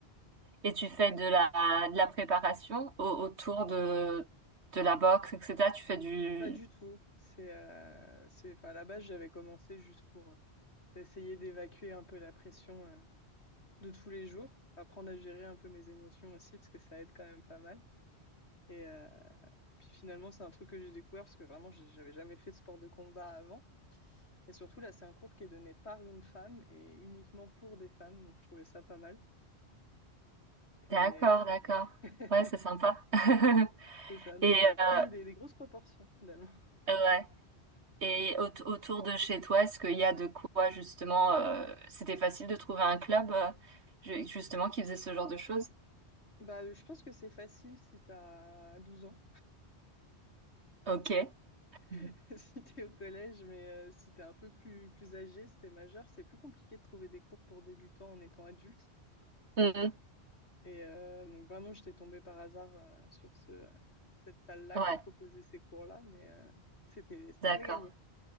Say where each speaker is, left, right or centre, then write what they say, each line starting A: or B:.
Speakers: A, on the right; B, on the left.
A: et tu fais de la, de la préparation au- autour de, de la boxe, etc. Tu fais du...
B: Pas du tout. C'est, euh, c'est, enfin, à la base, j'avais commencé juste pour euh, essayer d'évacuer un peu la pression euh, de tous les jours, apprendre à gérer un peu mes émotions aussi, parce que ça aide quand même pas mal. Et euh, puis finalement, c'est un truc que j'ai découvert parce que vraiment, j'avais jamais fait de sport de combat avant. Et surtout, là, c'est un cours qui est donné par une femme et uniquement pour des femmes. Donc, je trouvais ça pas mal. Mais
A: D'accord, d'accord.
B: euh, <laughs>
A: Ouais, c'est sympa. <laughs>
B: c'est ça. Donc,
A: Et
B: ça a pris
A: euh,
B: des, des grosses proportions finalement.
A: ouais. Et au- autour de chez toi, est-ce qu'il y a de quoi justement euh, c'était facile de trouver un club euh, ju- justement qui faisait ce genre de choses?
B: Bah, euh, je pense que c'est facile si t'as 12 ans,
A: Ok. Mhm.
B: <laughs> si t'es au collège, mais euh, si t'es un peu plus, plus âgé, si t'es majeur, c'est plus compliqué de trouver des cours pour débutants en étant adulte.
A: Mhm.
B: Et euh, donc vraiment, j'étais tombée par hasard euh, sur ce, euh, cette salle-là
A: Ouais,
B: qui proposait ces cours-là, mais euh, c'était, c'était
A: d'accord.
B: pas gagné.